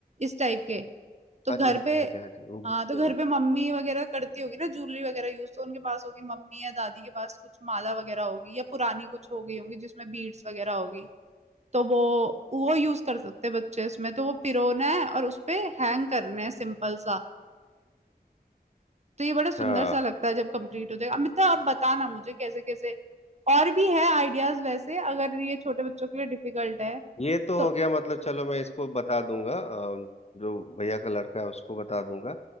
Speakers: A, on the right; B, on the left.
A: इस टाइप के तो
B: हाँ
A: घर
B: जी हाँ
A: पे
B: जी हाँ जी हाँ जी वो घूमने
A: हाँ तो घर
B: वाला
A: पे मम्मी वगैरह करती होगी ना ज्वेलरी वगैरह यूज तो उनके पास होगी मम्मी या दादी के पास कुछ माला वगैरह होगी या पुरानी कुछ हो गई होंगी जिसमें बीड्स वगैरह होगी तो वो वो यूज कर सकते हैं बच्चे इसमें तो वो पिरोना है और उसपे हैंग करने हैं सिंपल सा तो ये बड़ा सुंदर
B: अच्छा
A: सा लगता है जब कंप्लीट हो जाएगा अमिता अब बताना मुझे कैसे कैसे और भी है आइडियाज वैसे अगर ये छोटे बच्चों के लिए डिफिकल्ट है
B: ये तो
A: तो
B: हो गया मतलब चलो मैं इसको बता दूंगा अ, जो भैया का लड़का है उसको बता दूंगा